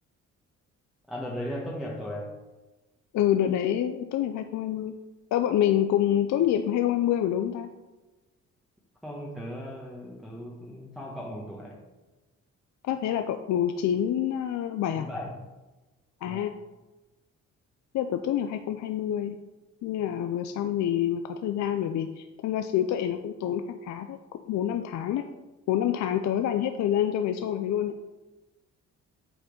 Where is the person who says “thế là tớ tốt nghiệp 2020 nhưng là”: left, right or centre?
Left